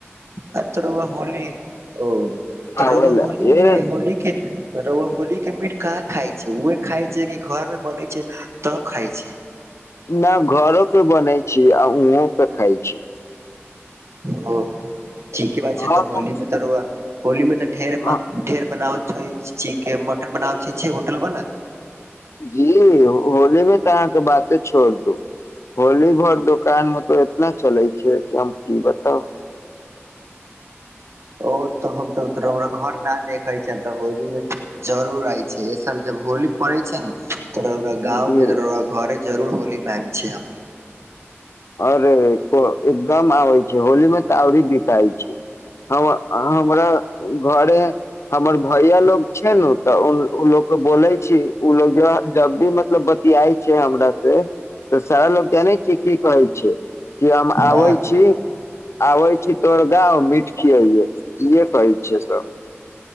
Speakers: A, on the right (about 75°); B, on the left (about 75°).
A: आ तऽ रौआ होली ओ
B: आबै
A: रौआ
B: ला
A: होलीमे
B: एहे
A: होली के रौआ होली के मीट कहाँ खााय छैय ओहे खााय छैय कि घर मे बनै छैय। तऽ खाइ छैय।
B: न घरो पे बनै छी आ उहों पे खााय छी।
A: हं ठीके बात छैय
B: हम
A: तऽ होली मे तऽ रौआ होली मे तऽ ढेर
B: अ-
A: ढेर बनाबै छीके मट <inaudible> बनाब छ होटल वाल
B: जी होली मे तऽ अहाँके बाते छोड़ दू होली भर दोकान मे तो इतना चलै छैय कि हम की बताउ?
A: ओ तऽ हम तऽ घर न देखै छ तऽ होली मे जरूर आय छैय एसाल ज होली पड़ै छै तो ओकरा गाँव
B: जी
A: मे तो ओकरा घरे जरूर होली मे आइब छै
B: आओर एकदम आबै छै होलीमे तऽ औरी बिकाए छै हमर हमरा घरे हमर भैया लोग छैय नु तऽ उ उ ल‌ऽ के बोलै जब भी मतलब बतिया छैय हमरा से तऽ सारा लोग जानै छ कि कहै छी कि हम आबै
A: हँ
B: छी आबे छी तोहड़ गांव मिठ इहे पाइप छैय सब।